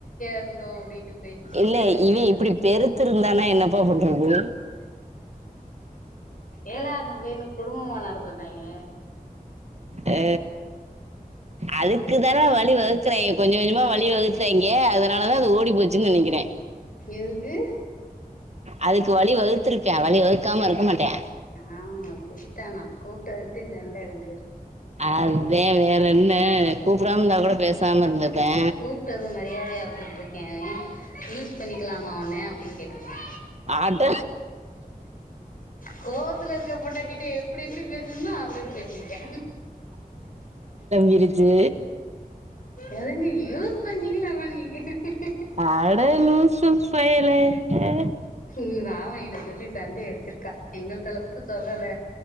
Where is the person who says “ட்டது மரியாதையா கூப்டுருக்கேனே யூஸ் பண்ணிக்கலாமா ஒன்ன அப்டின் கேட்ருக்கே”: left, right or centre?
Left